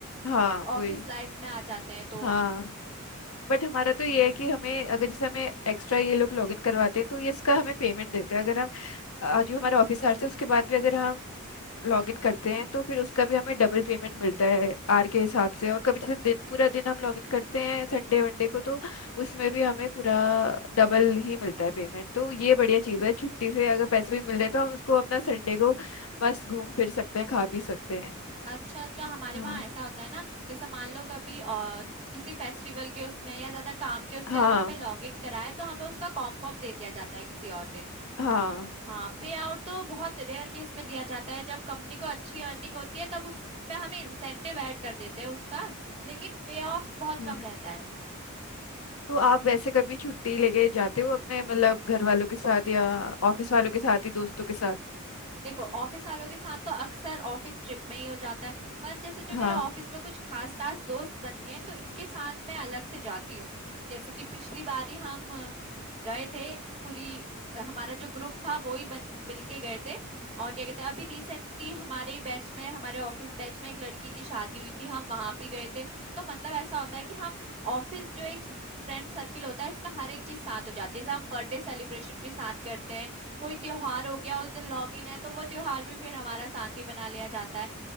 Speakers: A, on the left (about 75°); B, on the right (about 30°).
A: हाँ
B: ऑफिस
A: वही
B: लाइफ में आ जाते हैं तो
A: हाँ बट हमारा तो ये है कि हमें अगर जैसे हमें एक्स्ट्रा ये लोग लॉगिन करवाते हैं तो ये इसका हमें पेमेंट देते हैं अगर हम अ, जो हमारा ऑफिस आवर्स है उसके बाद भी अगर हम लॉगिन करते हैं तो फिर उसका भी हमें डबल पेमेंट मिलता है आर के हिसाब से और कभी जैसे दिन पूरा दिन हम लॉगिन करते हैं संडे वनडे को तो उसमें भी हमें पूरा डबल ही मिलता है पेमेंट तो ये बढ़िया चीज़ है छुट्टी से अगर पैसे भी मिल रहे हैं तो हम उसको अपना संडे को बस घूम फिर सकते हैं खा पी सकते हैं
B: अच्छा अच्छा हमारे
A: हाँ
B: वहाँ ऐसा होता है ना जैसे मान लो कभी अ, किसी फेस्टिवल के उसमें या ज्यादा काम के उससे
A: हाँ
B: अगर हमें लॉग इन कराए तो हमें उसका कॉम्प ऑफ दे दिया जाता है किसी और दिन
A: हाँ
B: हाँ पे आउट तो बहुत रेयर केस में दिया जाता है जब कंपनी को अच्छी अर्निंग होती है तब उसमें हमें इंसेंटिव ऐड कर देते हैं उसका लेकिन पे ऑफ बहुत
A: हाँ
B: कम रहता है
A: तो आप वैसे कभी छुट्टी लेके जाते हो अपने मतलब घर वालों के साथ या ऑफिस वालों के साथ ही दोस्तों के साथ
B: देखो ऑफिस वालों के साथ तो अक्सर ऑफिस ट्रिप में ही हो जाता है पर जैसे जो
A: हाँ
B: मेरे ऑफिस में कुछ खास खास दोस्त बन गए हैं, तो इनके साथ मैं अलग से जाती हूँ जैसे कि पिछली बारी हम अ, गए थे पूरी अ, हमारा जो ग्रुप था वो ही बन मिलके गए थे और क्या कहते हैं अभी रिसेंटली हमारे ही बैच में हमारे ऑफिस बैच में एक लड़की की शादी हुई थी हम वहां भी गए थे तो मतलब ऐसा होता है कि हम ऑफिस जो एक फ्रेंड सर्किल होता है इसमें हर एक चीज साथ हो जाती है जैसे हम बर्थडे सेलिब्रेशन भी साथ करते हैं कोई त्योहार हो गया उस दिन लॉग इन है तो वो त्योहार भी फिर हमारा साथ ही मना लिया जाता है